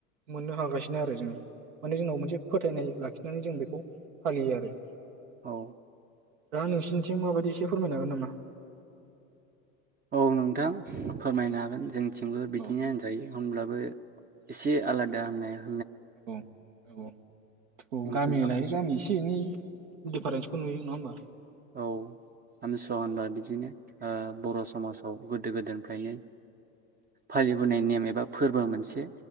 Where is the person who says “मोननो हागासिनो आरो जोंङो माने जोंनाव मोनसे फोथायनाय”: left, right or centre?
Right